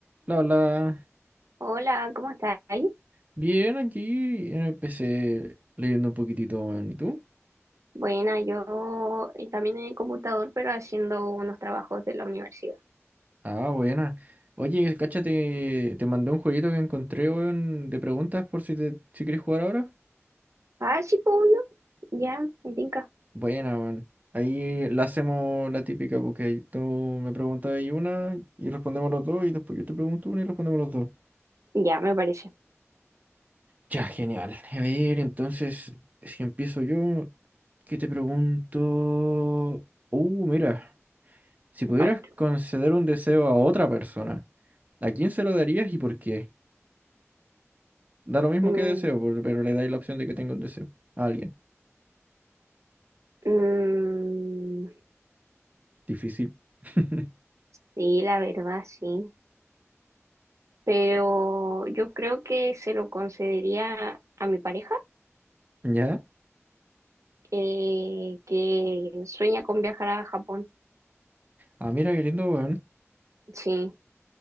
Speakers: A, on the right (about 30°); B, on the right (about 80°).
A: La verdad,
B: Hola, ¿cómo estáis?
A: bien aquí en el PC leyendo un poquitito, weón. ¿Y tú?
B: Buena, yo eh, también en el computador, pero haciendo unos trabajos de la universidad.
A: Ah, buena. Oye, cáchate, te mandé un jueguito que encontré, weón, de preguntas por si te, si quieres jugar ahora.
B: Ah, sí, pues, obvio. Ya, me tinca.
A: Buena, weón. Ahí la hacemos la típica, porque tú me preguntas ahí una y respondemos los dos, y después yo te pregunto una y respondemos los dos.
B: Ya, me parece.
A: Ya, genial. A ver, entonces, si empiezo yo, ¿qué te pregunto? Uh, mira. Si pudieras
B: A ver.
A: conceder un deseo a otra persona, ¿a quién se lo darías y por qué? Da lo mismo
B: Mm,
A: que deseo, por- pero le dais la opción de que tenga un deseo. A alguien.
B: mm,
A: Difícil. <laughs>
B: sí, la verdad, sí. Pero yo creo que se lo concedería a mi pareja,
A: ¿Ya?
B: eh, que sueña con viajar a Japón.
A: Ah, mira qué lindo, weón.
B: Sí,